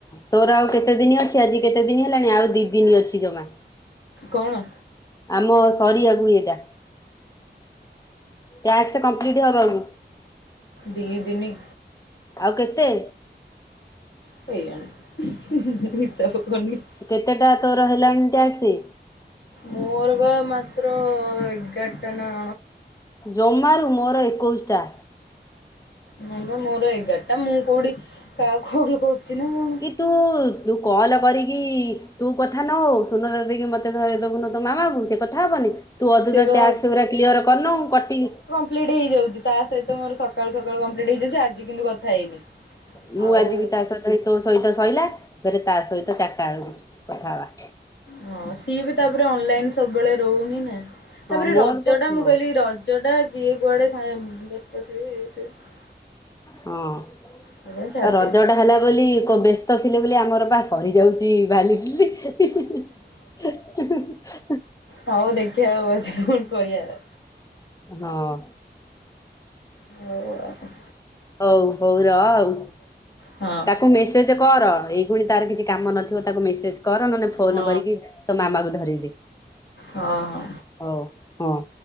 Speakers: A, on the left; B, on the left.
A: ତୋର ଆଉ କେତେ ଦିନ ଅଛି ଆଜି କେତେ ଦିନ ହେଲାଣି ଆଉ ଦି ଦିନ ଅଛି ଜମା।
B: କଣ?
A: ଆମ ସରିିବାକୁ ଏଇଟା। ଟ୍ୟାକ୍ସ କଂପ୍ଲିଟ୍ ହେବାକୁ।
B: ଦି ଦିନି।
A: ଆଉ କେତେ?
B: କେଜାଣି ହିସାବ କରିନି <unintelligible>
A: କେତେଟା ତୋର ହେଲାଣି ଟ୍ୟାକ୍ସ?
B: ମୋର ବା ମାାତ୍ର ଏଗାର ଟା ଅନ
A: ଜମାରୁ ମୋର ଏକୋଇଶି ଟା।
B: ହଁ ବା ମୋର ଏଗାର ଟା ମୁଁ କୋଉଠି କାହାକୁ ଫୋନ କରୁଛି ନା କଣ।
A: କି ତୁ କଲ କରିକି ତୁ କଥା ନ ହଉ ଶୁଣ ଦେକି ମତେ ଧରେ ଦବୁନ ତୋ ମାମାଙ୍କୁ ସେ କଥା ହବନି? ତୁ ଅଧୁର
B: ସେ ବା
A: ଟ୍ୟାକ୍ସ ଗୁଡା କିଲିୟର କରୁନୁ କଟିି
B: କଂପ୍ଲିଟ୍ ହେଇଯାଉଛି ତା ସହିତ ମୋର ସକାଳୁ ସକାଳୁ କମ୍ପ୍ଲିଟ୍ ହେଇାଉଛି ଆଜି କିନ୍ତୁ କଥା ହେଇନି।
A: ମୁଁ
B: ଆଉ
A: ଆଜି ବି ତା ସହିତ ତୋ ସହିତ ସରିଲା ପରେ ତା ସହିତ ଚାରିଟା ବେଳକୁ କଥା ହବା।
B: ହଁ ସିଏ ବି ତାପରେ ଅନଲାଇନ ସବୁବେଳେ ରହୁନି ନା।
A: ହଁ
B: ତାପରେ
A: ମୋର
B: ରଜ
A: ତ
B: ଟା ମୁଁ
A: ହଁ
B: କହିଲି ରଜ ଟା କିଏ କୁଆଡେ ବ୍ୟସ୍ତ ଥାଏ ଇଏ ଥିବେ।
A: ହଁ ଆଉ
B: ସେଇଥିପାଇଁ ଛାଡି
A: ରଜ
B: ଦେଇଥିଲି।
A: ଟା ହେଲା ବୋଲି ବ୍ୟସ୍ତ ଥିଲେ ବୋଲି ଆମର ବା ପଡି ଯାଉଛି ବାଲି <unintelligible>
B: ହଉ ଦେଖିଆ ପଛେକଣ କରିଆ ଆଉ।
A: ହଁ।
B: ହଉ <inaudible>
A: ହଉ ହଉ ରହ ଆଉ।
B: ହଁ
A: ତାକ୍ କୁ ମେସେଜ କର ଏଇଗୁଣି ତାର କିଛି କାମ ନଥିବ ତାକୁ ମେସେଜ କର ନହେଲେ ଫୋନ୍
B: ହଁ
A: କରିକି। ତୋ ମାମାକୁ ଧରେଇଦେ।
B: ହ ହ।
A: ହଉ, ହଁ।